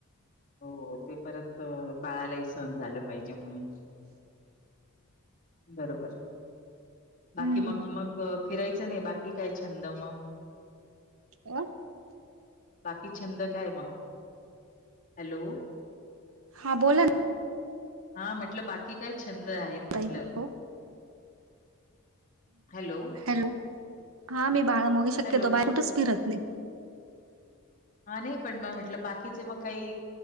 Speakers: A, on the left; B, on the right.
A: हो ते परत बाळालाही सहन झालं पाहिजे म्हणून. बरोबर बाकी
B: हम्म
A: मग मग फिरायचं नाही बाकी काय छंद मग?
B: ह
A: बाकी छंद काय मग हॅलो?
B: हां बोला ना
A: हा म्हटलं बाकी काय छंद आहेत.
B: का
A: म्हटलं?
B: हो?
A: हॅलो,
B: हॅलो हा मी बाळा मोगू शक्य
A: हॅलो.
B: तो बा कुठच फिरतली
A: हा नाही पण मग म्हटलं बाकीच मग काही